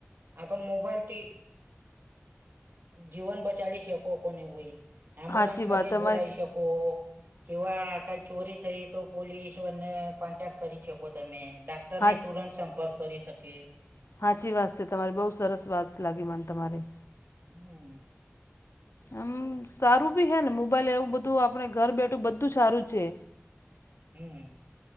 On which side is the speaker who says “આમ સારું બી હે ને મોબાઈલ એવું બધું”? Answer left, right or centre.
Left